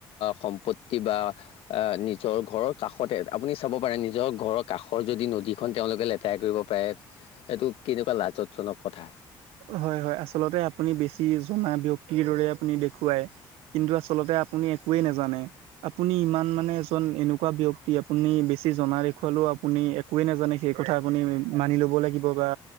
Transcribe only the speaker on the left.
সম্পত্তি বা আহ নিজৰ ঘৰৰ কাষতে আপুনি চাব পাৰে নিজৰ ঘৰৰত কাষৰ যদি নদীখন তেওঁলোকে লেতেৰা কৰিব পাৰে এইটো কেনেকুৱা লাজতজনক কথা